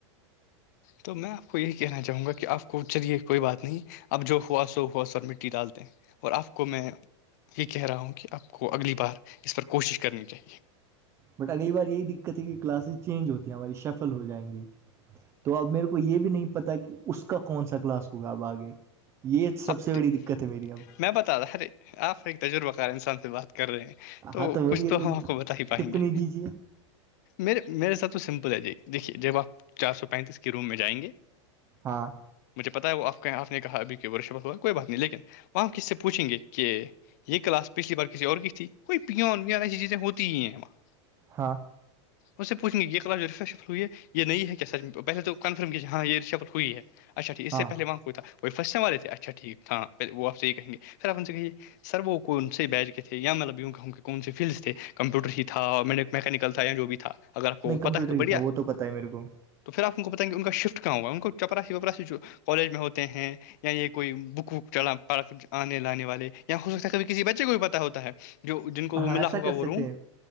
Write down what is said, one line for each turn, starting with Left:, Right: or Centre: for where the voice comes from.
Left: تو میں آپ کو یہی کہنا چاہوں گا کہ آپ کو چلیے کوئی بات نہیں اپ جو ہوا سو ہوا س اور مٹی ڈال دیں اور آپ کو میں یہ کہہ رہا ہوں کہ آپ کو اگلی بار اس پر کوشش کرنی چاہیے
Right: بٹ اگلی بار یہی دقت ہے کہ کلاسز چینج ہوتی ہیں ہماری شفل ہو جائیں گی تو اب میرے کو یہ بھی نہیں پتا کہ اس کا کون سا کلاس ہوگا اب آگے یہ سب
Left: آپ
Right: سے بڑی دقت ہے میری اب
Left: میں بتا تھاا ارے آپ ایک تجربہ کار انسان سے بات کر رہے ہیں تو
Right: ہاں بولیے
Left: کچھ تو
Right: کوئی
Left: ہم آپ کو بتا ہی پائیں
Right: ٹپنی
Left: گے
Right: دیجیے
Left: میرے میرے ساتھ تو سمپل ہے جی دیکھیے جب آپ چار سو پینتیس کے روم میں جائیں گے
Right: ہاں
Left: مجھے پتا ہے وہ آپ کہ آپ نے کہا ابھی کی ورشفت ہوا کوئی بات نہیں لیکن وہاں ہم کس سے پوچھیں گے کہ یہ کلاس پچھلی بار کسی اور کی تھی کوئی پی وان ایسی چیزیں ہوتی ہی ہیں وہاں
Right: ہاں
Left: اس سے پوچھ گے یہ کلاس جو ریریشئی ہے یہ نہیں ہے کیا سچ پہلے تو کنفرم کییے ہاں یہ رشفل ہوئی ہے اچھا ٹھیک اس
Right: ہاں
Left: سے پہل وہاں کو کو فرسے والے تھے اچھا ٹھیک ہاں پہل وہ آپ سے یہ کہیں گے پھر آن سے کہیے سر وہ کون سے بیچ کے تھے یا مطلب یوں کہوں کہ کون سے فیلڈس تھے کمپیوٹر ہی تھا اور میں نے میکینکل تھا یا جو بھی تھا اگر آپ کو
Right: نہیں کمپیوٹر
Left: پتاہ ہے تو
Right: ہی
Left: بڑھیا
Right: تھا وہ تو پتا ہے میرے کو
Left: تو پھر آپ ان کو بتائیں گے ان کا شفٹ کہاں ہوگا ان کو چپرای وپراسی جو کالج میں ہوتے ہیں یا یہ کوئی بک وک چلا پڑ آنے لانے والے یا ہو سکتا ہے کھی کسی بچے کو بھی پتا ہوتا ہے جو جن کو وہ
Right: ہاں
Left: ملا
Right: ایسا
Left: ہوگا
Right: کر
Left: وہ
Right: سکتے
Left: روم
Right: ہیں